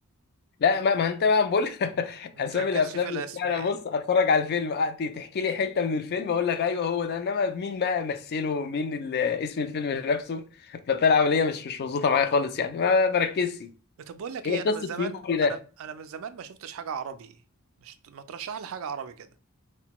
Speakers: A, on the left; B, on the right.
A: لا ما, ما انت بقى بقول <laughs>
B: متركزش
A: اسامي الافلام
B: في الأسماء
A: نفسها انا بص اتفرج على الفيلم أ- ت- تحكي لي حته من الفيلم اقول لك ايوه هو ده انما مين بقى مثله مين ال- اسم الفيلم نفسه فبتاع العمليه مش مش مظبوطه معايا خالص يعني ما بركزش
B: طب بقول لك
A: ايه
B: ايه انا
A: قصه
B: من زمان
A: يوري ده
B: انا انا من زمان ما شفتش حاجة عربي مش ما ترشح لي حاجة عربي كده